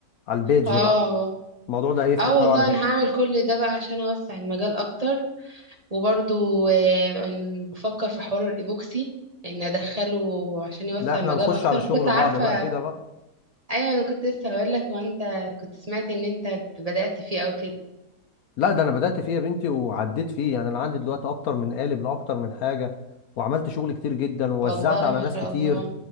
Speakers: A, on the left; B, on the right.
A: على البيج
B: اه
A: بقى الموضوع ده هيفرق
B: اه والله
A: قوي على فكرة
B: انا هعمل كل ده بقى عشان اوسع المجال اكتر وبرضو آه، أن- بفكر في حوار الايبوكسي ان ادخله عشان يوسع
A: لا احنا
B: المجال
A: هنخش
B: اكتر
A: على شغل
B: كنت عارفه
A: بعض بقى كده بقى
B: ايوه انا كنت لسه هقول لك هو انت كنت سمعت ان انت بدأت فيه او كده
A: لا ده انا بدأت فيه يا بنتي وعديت فيه يعني انا عندي دلوقتي اكتر من قالب لاكتر من حاجة وعملت شغل كتير جدا ووزعت
B: والله
A: على
B: ما
A: ناس
B: شاء
A: كتير
B: الله